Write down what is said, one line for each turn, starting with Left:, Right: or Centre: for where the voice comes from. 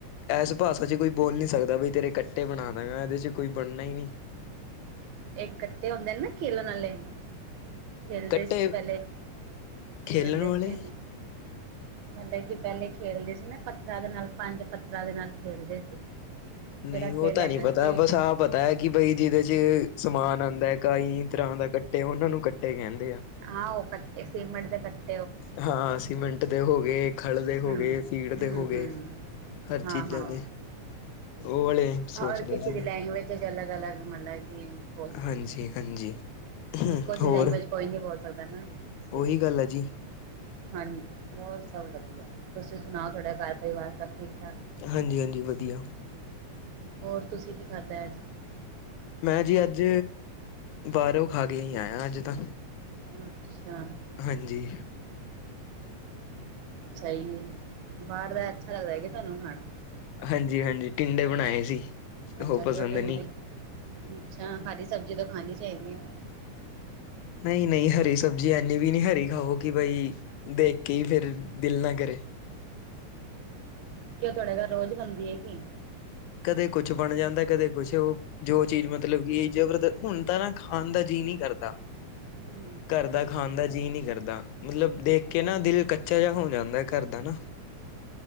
Left: ਇਸ ਭਾਸ਼ਾ'ਚ ਕੋਈ ਬੋਲ ਨੀ ਸਕਦਾ, ਬਈ ਤੇਰੇ ਕੱਟੇ ਬਣਾ ਦਾਂਗਾ ਇਹਦੇ'ਚ ਕੋਈ ਬਣਨਾ ਈ ਨਹੀਂ।
Right: ਇਕ ਗੱਟੇ ਹੁੰਦੇਨ ਨਾ, ਕੀਲਨ ਆਲੇ। ਖੇਲਦੇ
Left: ਕੱਟੇ
Right: ਸੀ ਪਹਿਲੇ,
Left: ਖੇਲਣ
Right: ਕੀ ਕਹਿੰਦੇ
Left: ਵਾਲੇ
Right: ਸੀ? ਮਤਲਬ ਕਿ ਪਹਿਲੇ ਖੇਲਦੇ ਸੀ ਨਾ ਪੱਥਰਾਂ ਦੇ ਨਾਲ, ਪੰਜ ਪੱਥਰਾ ਦੇ ਨਾਲ ਖੇਲਦੇ ਸੀ।
Left: ਨਹੀਂ
Right: ਜਿਹੜਾ
Left: ਉਹ
Right: ਖੇਲ
Left: ਤਾਂ
Right: ਹੈਗਾ
Left: ਨਹੀਂ ਪਤਾ,
Right: ਸੀ
Left: ਬਸ ਆਹ ਪ ਪਤਾ ਐ ਕਿ ਬਈ ਜਿਹਦੇ'ਚ ਸਮਾਨ ਆਂਦਾ, ਕਾਂਈ ਤਰ੍ਹਾਂ ਦਾ ਗੱਟੇ, ਉਹਨਾਂ ਨੂੰ ਗੱਟੇ ਕਹਿੰਦੇ ਆ।
Right: ਹਾਂ, ਉਹ ਗੱਟੇ ਸੀਮੇਂਟ ਦੇ ਗੱਟ
Left: ਹਾਂ, ਸੀਮੰਟ ਦੇ ਹੋਗੇ ਖਲ ਦੇ ਹੋਗੇ,
Right: ਹਮ
Left: ਫੀੜ ਦੇ
Right: ਹਮ
Left: ਹੋਗੇ,
Right: ਹਮ
Left: ਹਰ ਚੀਜ਼ਾਂ
Right: ਹਾਂ ਹਾਂ
Left: ਦੇ। ਉਹ ਵਾਲੇ ਸੋਚਦਾ
Right: ਹਰ ਕਿਸੇ
Left: ਸੀ
Right: ਦੀ
Left: ਮੈਂ
Right: ਲੈਂਗਵੇਜ'ਚ ਅਲੱਗ-ਅਲੱਗ, ਮਤਲਬ ਕਿ ਬੋਲਦੇ
Left: ਹਾਂਜੀ-ਹਾਂਜੀ
Right: ਨੇ। ਇੱਕੋ ਜਿਹੀ
Left: ਹੋਰ
Right: ਲੈਂਗਵੇਜ ਕੋਈ ਨੀ ਬੋਲ ਸਕਦਾ ਨਾ, ਇਸੀ
Left: ਉਹੀ
Right: ਦੇ।
Left: ਗੱਲ ਹੈ ਜੀ।
Right: ਹਾਂਜੀ ਹੋਰ ਸਭ ਵਧੀਆ, ਤੁਸੀਂ ਸੁਣਾਓ ਤੁਹਾਡਾ ਘਰ-ਪਰਿਵਾਰ ਸਭ ਠੀਕ-ਠਾਕ?
Left: ਹਾਂਜੀ-ਹਾਂਜੀ, ਵਧੀਆ।
Right: ਹੋਰ, ਤੁਸੀ ਕੀ ਖਾਧਾ ਅੱਜ?
Left: ਮੈਂ ਜੀ ਅੱਜ, ਬਾਹਰੋਂ ਖਾਕੇ ਈ ਆਇਆ ਅੱਜ ਤਾਂ।
Right: ਅੱਛਾ।
Left: ਹਾਂਜੀ
Right: ਸਹੀ ਏ ਬਾਹਰ ਦਾ ਅੱਛਾ ਲੱਗਦੇ ਕਿ ਤੁਹਾਨੂੰ ਖਾਣਾ?
Left: ਹਾਂਜੀ ਹਾਂਜੀ, ਟਿੰਡੇ ਬਣਾਏ ਸੀ,
Right: ਅੱਛਾ
Left: ਉਹ ਪਸੰਦ
Right: ਘਿਓ ਟਿੰਡੇ
Left: ਨੀ
Right: ਅੱਛਾ, ਹਰੀ ਸਬਜ਼ੀ ਤੋ ਖਾਣੀ ਚਾਹੀਦੀ ਏ।
Left: ਨਈ ਨਈ ਹਰੀ ਸਬਜ਼ੀ ਐਨੀ ਵੀ ਨੀ ਹਰੀ ਖਾਓ ਕਿ ਬਈ ਦੇਖ ਕੇ ਈ ਫੇਰ ਦਿਲ ਨਾ ਕਰੇ।
Right: ਕਿਉਂ ਤੁਹਾਡੇ ਘਰ ਰੋਜ਼ ਬਨਦੀ ਐ ਕੀ?
Left: ਕਦੇ ਕੁਛ ਬਣ ਜਾਂਦੇ ਕਦੇ ਕੁਛ ਉਹ ਜੋ ਚੀਜ਼ ਮਤਲਬ ਕਿ ਜ਼ਬਰਦ ਹੁਨ ਤਾਂ ਨਾ ਖਾਨ ਦਾ ਜੀਅ ਨੀ ਕਰਦਾ।
Right: ਹੂ
Left: ਘਰ ਦਾ ਖਾਨ ਦਾ ਜੀਅ ਨੀ ਕਰਦਾ, ਮਤਲਬ ਦੇਖ ਕੇ ਨਾ ਦਿਲ ਕੱਚਾ ਜਿਹਾ ਹੋ ਜਾਂਦੇ ਘਰ ਦਾ ਨਾ।